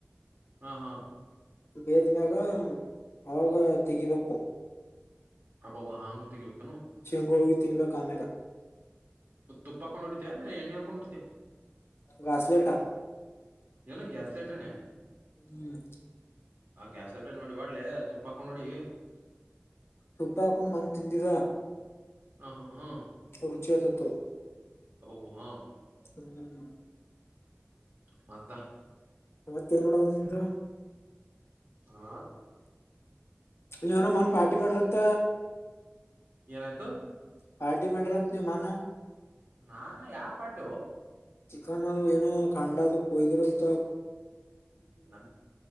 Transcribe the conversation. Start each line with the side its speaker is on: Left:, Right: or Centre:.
Right: ಹಾ ಹಾ
Left: ಬೇದ್ಮ್ಯಾಗ ಅವಾಗ ತೆಗಿಬೇಕು
Right: ಬಾಬ ಹಾಂಗ ತೆಗೆಗಬೇಕು
Left: ಚಿಂಗ ಹಿ ತಿನ್ಬೇಕು ಆಮೇಾಗ
Right: ತುಪ್ಪ ಹಾಕೊಂಡ್ಿಡ್ತಿಯಾ <unintelligible> ಎಣ್ಣೆ ಹಾಕೊಂಡ್ಿಡ್ತಿಯಾ
Left: ಗಾಸ್ಲೇಟ
Right: ವನ ಗ್ಯಾಸ್ ಲೇಟ್ರನ
Left: ಹ್ಮ್
Right: ಆ ಗ್ಯಾಸ್ ಲೀಟರ್ ನೋಡಿ ಬಡ್ಲೆ ತುಪ್ಪ ಹಾಕೊಂಡ್ ನೋಡಿ
Left: ತುಪ್ಪ ಹಾಕೊಂಡ್ ಮಂದ ತಿಂದಿದ
Right: ಹ ಹಾ ಹಾ
Left: ಉರುಚಿಯತತ್ತುೋ
Right: ಅಬ ಹಾ
Left: ಹ್ಮ
Right: ಮತ್ತ
Left: ಮತ್ತ ಏನ್ ನೋಡುದು ನಿಮ್ದ
Right: ಆ
Left: ಇನ ಮನ್ ಪಾರ್ಟಿ ಮಾಡ್ರತ್ತ
Right: ಏನಾಯ್ತು
Left: ಪಾರ್ಟಿ ಮಾಡಂಡ್ರಂತ ನೀ ಮಾಾನ
Right: ನಾ ಯಾವ ಪಾಠ
Left: ಚಿಕನ್ ಅದು ಏನೋ ಖಂಡ ಅದು ಕೊಯ್ದರು ಅಂತ
Right: ನ